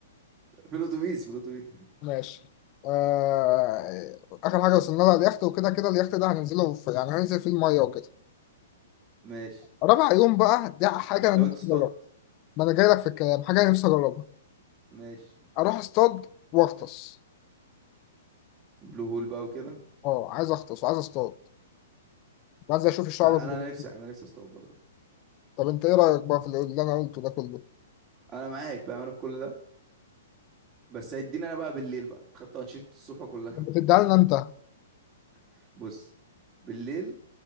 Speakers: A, on the right; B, on the left.
A: في الاتوبيس في الاتوبيس
B: ماشي آه... آخر حاجة وصلنا لها اليخت وكده كده اليخت ده هننزله في... يعني هننزل فيه المية وكده
A: ماشي
B: رابع يوم بقى ده حاجة
A: مش
B: أنا
A: ناوي
B: نفسي
A: تصطاد
B: أجربها ما أنا جاي لك في الكلام حاجة أنا نفسي أجربها
A: ماشي
B: أروح أصطاد وأغطس
A: بلو هول بقى وكده
B: أه عايز أغطس وعايز أصطاد وعايز أشوف الشعب
A: انا
B: المرجانية.
A: انا نفسي انا نفسي اصطاد برضه
B: طب أنت إيه رأيك بقى في اللي اللي أنا قلته ده كله؟
A: انا معاك بامانه في كل ده بس هيدينا انا بقى بالليل بقى خدت انشطه الصبح كلها
B: طب بتديها لنا أنت
A: <laughs> بص بالليل